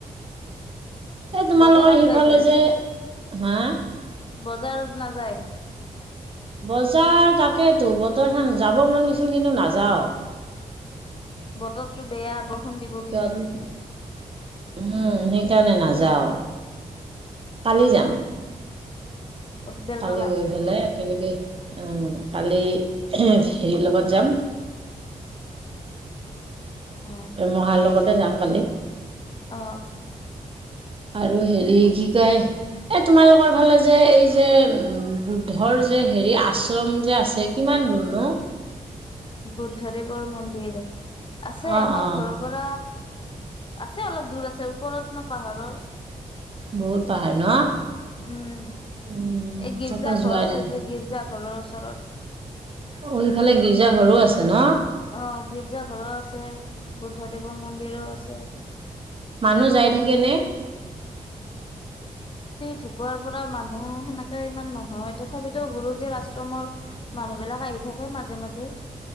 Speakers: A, on the right; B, on the left.
A: এই তোমালোকৰ
B: বজাৰত
A: সিফালে
B: যাই বোলে
A: যে হা
B: বজাৰত নাযায়?
A: বজাৰ তাকেইেতো বতৰ খান যাব মন গৈছিল কিন্তু নাযাও।
B: বতৰতো বেয়া হব <unintelligible> কিজানি।
A: কিয় উম, সেইকাৰণে নাযাওঁ। কালি যাম।
B: বেলতলা
A: কালি গৈ ফেলে একেলগে উম কালি হেৰি লগত যাম
B: অ
A: মহাৰ লগতে যাম কালি।
B: অ
A: আৰু হেৰি কি কয় এ তোমালোকৰ ফালে যে এই যে উম বুদ্ধৰ যে হেৰি আশ্ৰম যে আ আছে কিমান দূৰনো?
B: বুদ্ধদেৱৰ মন্দিৰ
A: অ
B: আছে আমাৰ
A: অ
B: ঘৰৰ পৰা আছে অলপ দূৰ আছে ওপৰত ন পাহাৰৰ
A: বহুত পাহাৰ ন?
B: উম
A: উম
B: এই গিৰ্জা
A: তাকে
B: ঘৰ
A: যোৱাই
B: আছে
A: নাই
B: যে গিৰ্জা ঘৰৰ ওচৰত
A: অ সিফালে গীৰ্জা ঘৰো আছে ন?
B: অ', গীৰ্জা ঘৰো আছে বুদ্ধদেৱৰ মন্দিৰো আছে।
A: মানুহ যায় থাকে নে?
B: ঢুকোৱাৰ পৰা মানুহ সেনেকে ইমান নহয় তথাপিতো গুৰুজীৰ আশ্ৰমৰ মানুহ বিলাক আহি থাকে মাজে মাজে।